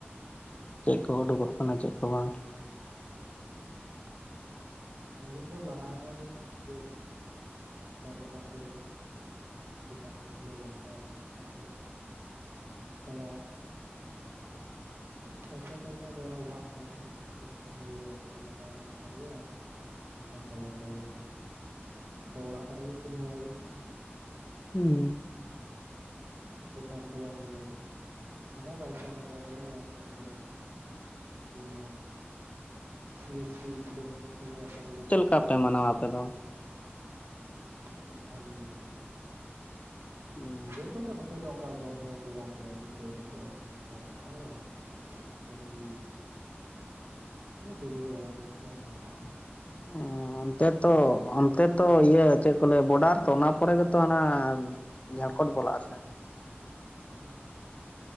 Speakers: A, on the left; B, on the right.
A: ᱪᱮᱫ ᱠᱚ ᱩᱰᱩᱠᱚᱜ ᱠᱟᱱᱟ ᱪᱮᱫ ᱠᱚ ᱵᱟᱝ
B: ᱟᱹᱞᱤᱧ ᱫᱚ ᱞᱟᱦᱟ ᱧᱚᱜ ᱞᱤᱧ ᱤᱭᱟᱹ ᱞᱮᱫᱟ ᱚᱱᱠᱟ ᱫᱚᱠᱟᱱ ᱫᱠᱟᱱ ᱫᱩᱸᱧ ᱠᱷᱩᱞᱟᱹ ᱵᱟᱲᱟ ᱠᱟᱜ ᱟ ᱚᱱᱞᱟᱭᱤᱱ ᱫᱠᱟᱱ ᱟᱫᱚ ᱛᱚᱲᱟᱜ <unintelligible> ᱨᱩᱣᱟᱹ ᱦᱟᱥᱩ <unintelligible> <inaudible> ᱟᱨ ᱫᱚᱠᱟᱱ ᱫᱚ ᱵᱚᱱᱫᱚ ᱦᱩᱭᱱᱟ ᱫᱚ ᱚᱲᱟᱜ ᱠᱚᱨᱮ ᱜᱮ ᱛᱤᱸᱜᱩ ᱵᱟᱲᱟ ᱦᱩᱭᱩᱜ ᱠᱟᱱᱟ
A: ᱩᱸ
B: ᱫᱚᱠᱟᱱ ᱨᱮᱫᱚ ᱵᱟᱝ ᱫᱩᱨᱩᱵ ᱦᱳᱭ ᱠᱟᱱᱟ ᱢᱟᱱᱮ ᱯᱚᱭᱥᱟ ᱴᱟᱠᱟ ᱨᱮᱭᱟᱜ ᱞᱮᱱ ᱫᱮᱱ ᱠᱚᱨᱮᱱᱟᱜ <unintelligible> ᱥᱤᱭᱮᱯ ᱥᱤ ᱴᱷᱩᱠᱟᱹᱣ ᱠᱟᱛᱮ <unintelligible> ᱯᱚᱭᱥᱟ <unintelligible>
A: ᱵᱟᱯᱮ ᱢᱟᱱᱟᱣᱟ ᱟᱯᱮ ᱫᱚ
B: ᱦᱩᱸ ᱵᱷᱟᱹᱞᱤ ᱜᱮᱦᱟᱜ
A: ᱩᱸ
B: ᱥᱮᱨᱚᱠᱚᱢ ᱫᱚ ᱱᱚᱛᱮ ᱫᱚ ᱚᱱᱠᱟ ᱫᱚ ᱡᱷᱚᱢ ᱡᱷᱚᱢ ᱫᱚ ᱵᱟᱝ ᱦᱩᱭᱩᱜᱼᱟ <inaudible> ᱚᱱᱠᱟ ᱫᱚ ᱵᱟᱝ ᱠᱷᱟᱹᱞᱤ ᱦᱮᱸ ᱯᱩᱡᱟᱹ ᱵᱟᱲᱟ ᱠᱮᱫ ᱜᱮᱠᱚ <unintelligible>
A: ᱚᱸ ᱚᱱᱛᱮ ᱛᱚ ᱚᱱᱛᱮ ᱛᱚ ᱤᱭᱟᱹ ᱪᱮᱫ ᱠᱚ ᱞᱟᱹᱭᱟ ᱵᱚᱰᱟᱨ ᱛᱚ ᱚᱱᱟ ᱯᱚᱨᱮ ᱜᱮᱛᱚ ᱦᱟᱱᱟ ᱡᱷᱟᱲᱠᱷᱚᱱᱰ ᱵᱚᱞᱟᱜ ᱟ ᱥᱮ
B: ᱦᱮ